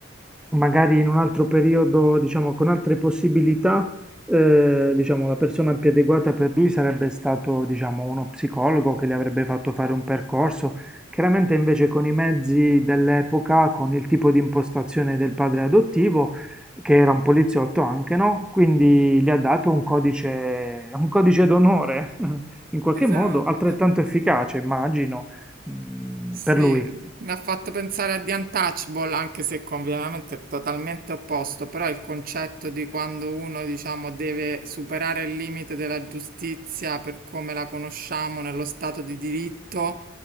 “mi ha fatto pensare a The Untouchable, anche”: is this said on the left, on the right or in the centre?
Right